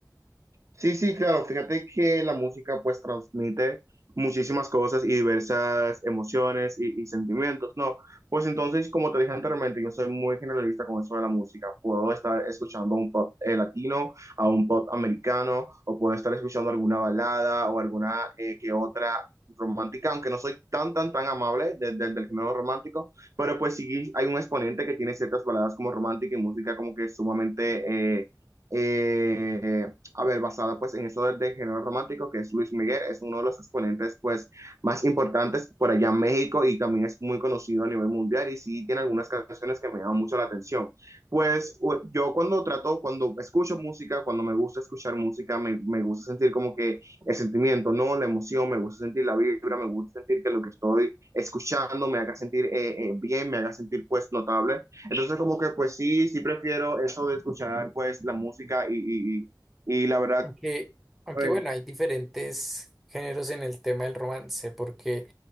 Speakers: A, on the right; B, in the centre.
A: Sí, sí, claro. Fíjate que la música pues transmite muchísimas cosas y diversas emociones y, y sentimientos, ¿no? Pues entonces, como te dije anteriormente, yo soy muy generalista con eso de la música. Puedo estar escuchando un pop eh, latino, a un pop americano, o puedo estar escuchando alguna balada o alguna eh, que otra romántica, aunque no soy tan, tan, tan amable de- de- del género romántico, pero pues sí hay un exponente que tiene ciertas baladas como romántica y música como que sumamente... eh, eh, a ver, basada pues en eso del, del, género romántico, que es Luis Miguel, es uno de los exponentes pues más importantes por allá en México y también es muy conocido a nivel mundial y sí tiene algunas canciones que me llaman mucho la atención. Pues u- yo cuando trato, cuando escucho música, cuando me gusta escuchar música, me, me gusta sentir como que el sentimiento, ¿no? La emoción, me gusta sentir la vibra, me gusta sentir que lo que estoy escuchando me haga sentir eh, eh, bien, me haga sentir pues notable. Entonces como que pues sí, sí prefiero eso de escuchar pues la música y, y y y la verdad,
B: Aunque, aunque
A: pues,
B: bueno, hay diferentes géneros en el tema del romance, porque